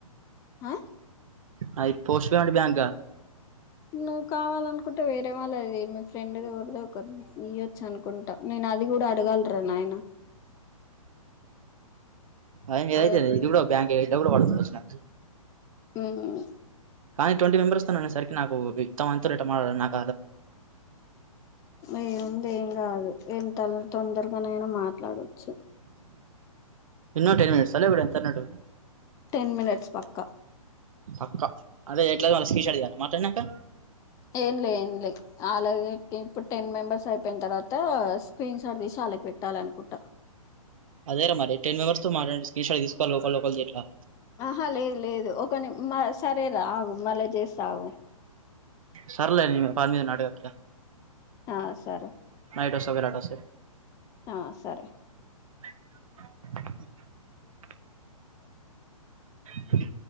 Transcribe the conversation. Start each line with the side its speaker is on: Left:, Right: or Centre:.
Left: ఆ
Right: నాది పోస్ట్ పేమెంట్ బ్యాంక్గా
Left: ను కావాలనుకుంటే వేరే వాళ్ళది దే మీ ఫ్రెండో ఎవర్దోఒకరిది ఈ చ్చనుకుంటా నేను అది గూడా అడగాల్రా నాయన
Right: అయంగ ఇదయితే
Left: అదే ఉంది
Right: ఇది గూడా ఓ బ్యాంకే ఎవడు వడుతది వచ్చినంకా
Left: ఉమ్
Right: కానీ ట్వంటీ మెంబర్ర్సకి అనే సరికి నాకు తమంతు రెట <unintelligible>
Left: ఏముంది ఏంగాదు తల్ తొందరగానైనా మాట్లాడొచ్చు
Right: ఇన్నో టెన్ మినిట్స్ ఆ లెవుడు ఎంత అన్నాడు
Left: టెన్ మినిట్స్ పక్కా
Right: పక్కా అదే ఎట్లాగా వాళ్ళకి స్క్రీన్షార్ట్ తీయాల మాట్లానంకా
Left: ఏంలే ఏంలే ఆళ్లది ఇప్పుడు టెన్ మెంబర్స్ అయిపోయిన తర్వాత స్క్రీన్ షార్ట్ తీసి వాళ్ళకి పెట్టా లనుకుట
Right: అదే రా మరి టెన్ మెంబెర్స్ తో మాట్లాడి స్క్రీన్ షాట్ తీసుకోవాల్ల ఒకల్దీ ఒకల్దీ ఎట్లా
Left: ఆహా లేదు లేదు ఒకని మ సరేరా ఆగు మళ్ళా చే సాగు
Right: సర్లే పని మీద ఉన్నా అడుగక్యా
Left: ఆ సరే
Right: ఎటోస్తవ్ వీలాటోస్తే
Left: ఆ సరే
Right: <unintelligible> హుమ్మ్